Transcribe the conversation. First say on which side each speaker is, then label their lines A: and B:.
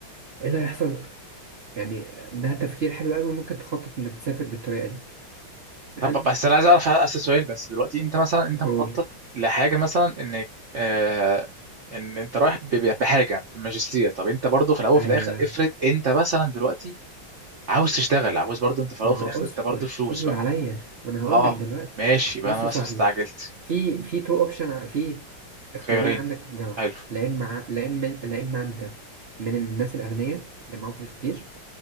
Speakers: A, on the right (about 80°); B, on the right (about 55°).
A: ايه اللي هيحصل يعني ده تفكير حلو قوي ممكن تخطط انك تسافر بالطريقة دي حلو
B: طب بس انا عايز اعرف اسال سؤال بس دلوقتي انت مثلا انت مخطط
A: قول
B: لحاجه مثلا انك آه ان انت رايح ب- ب- بحاجه بماجستير طب انت برضو في الاول وفي
A: ايوه
B: الاخر افرض انت مثلا دلوقتي عاوز تشتغل عاوز برضو انت في الاول
A: ما
B: وفي
A: هو
B: الاخر
A: اصبر
B: انت برضو فلوس
A: اصبر
B: بقى
A: عليا ما انا هقول
B: اه
A: لك دلوقتي
B: ماشي بقى
A: بص
B: انا
A: يا
B: مثلا
A: صاحبي
B: استعجلت
A: في في تو اوبشن في اختيارين
B: خيارين
A: عندك في الجامعة
B: حلو
A: لا اما ع- لا اما لا اما انت من الناس الاغنياء اللي معاهم فلوس كتير